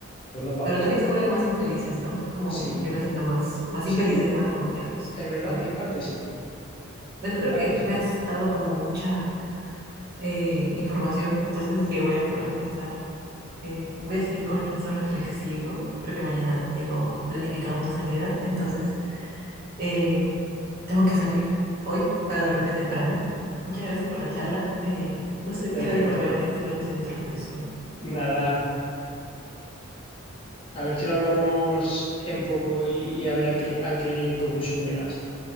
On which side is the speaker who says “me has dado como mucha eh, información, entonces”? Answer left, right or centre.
Right